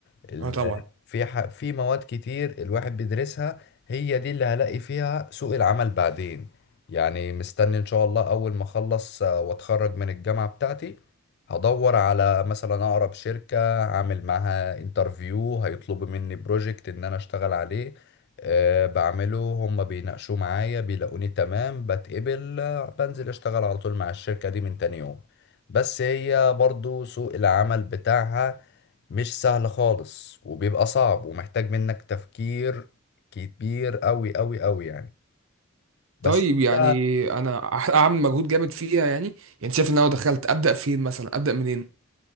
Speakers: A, on the left (about 50°); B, on the right (about 70°).
A: ال-
B: اه طبعا
A: في ح... في مواد كتير الواحد بيدرسها هي دي اللي هلاقي فيها سوق العمل بعدين يعني مستني ان شاء الله اول ما اخلص آه، واتخرج من الجامعة بتاعتي هدور على مثلا اقرب شركة اعمل معاها انترفيو هيطلبوا مني بروجكت ان انا اشتغل عليه أه بعمله هم بيناقشوا معايا بيلاقوني تمام بتقبل آه، بنزل اشتغل على طول مع الشركة دي من تاني يوم بس هي برضو سوق العمل بتاعها مش سهل خالص وبيبقى صعب ومحتاج منك تفكير كبير قوي قوي قوي يعني بس
B: طيب
A: انت
B: يعني انا هح- هعمل مجهود جامد فيها يعني يعني شايف ان انا لو دخلت ابدا فين مثلا ابدا منين